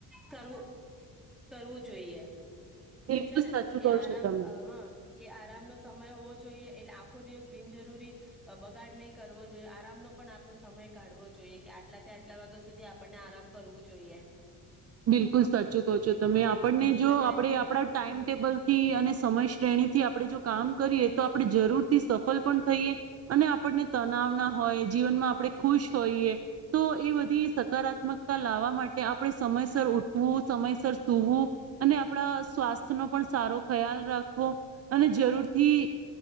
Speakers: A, in the centre; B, on the right (about 40°).
A: કરવું કરવું જોઈએ.
B: બિલકુલ
A: છે ને
B: સાચું
A: કે
B: કહો
A: આરામ
B: છો તમે
A: હા આરામનો સમય હોવો જોઈએ એટલે આખો દિવસ બિનજરૂરી બગાડ નહી કરવો. આરામનો પણ આપણો સમય કાઢવો જોઈએ કે આટલાથી આટલા વાગ્યા સુધી આપણને આરામ કરવું જોઈએ.
B: બિલકુલ સાચું કહો છો તમે
A: હમ
B: આપણને જો
A: અને
B: આપણે આપણા ટાઈમટેબલથી
A: હમ
B: અને સમય શ્રેણી થી આપણે જો કામ કરીએ તો આપણે જરૂરથી સફળ પણ થઈએ અને આપણને તનાવના હોય જીવનમાં આપણે ખુશ હોઈએ તો એ બધી સકારાત્મકતા લાવવા માટે આપણે સમયસર ઉઠવું સમયસર સૂવું અને આપણા સ્વાસ્થ્ય નો પણ સારો ખ્યાલ રાખવો અને જરૂર થી